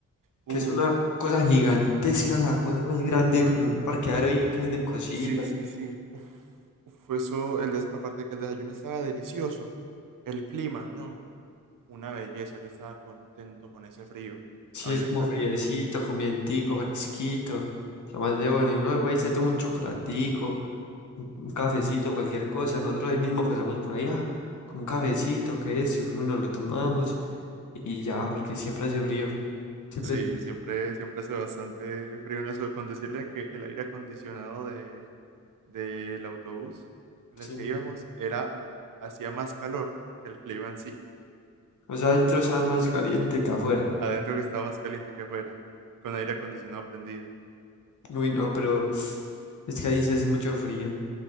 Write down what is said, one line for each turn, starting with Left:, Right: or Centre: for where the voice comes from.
Right: Uy,
Left: que es una cosa gigantesca, la cosa más grande, como un parqueadero ahí que venden cositas.
Right: sí, sí, sí. Uf, uf, eso, el des- aparte de que el desayuno estaba delicioso, el clima, no, una belleza. Yo estaba contento con ese frío.
Left: Sí,
Right: A mí
Left: es
Right: me
Left: como
Right: encanta
Left: friecito,
Right: el frío.
Left: con vientico, fresquito. Lo más de bueno. Y no va y se toma un chocolatico, un un cafecito, cualquier cosa. Nosotros ahí mismo pasamos por ahí, ah, con un cafecito, que es, y uno nos lo tomamos y ya, porque siempre hace frío. Siempre
Right: Sí,
Left: hace-
Right: siempre, siempre hace bastante frío en eso. Con decirle que el aire acondicionado de, del autobús en
Left: Sí.
Right: el que íbamos era, hacía más calor que el clima en sí.
Left: O sea, adentro está más caliente que afuera.
Right: Adentro que estaba más caliente que afuera, con aire acondicionado prendido.
Left: Uy, no, pero es que ahí se hace mucho frío.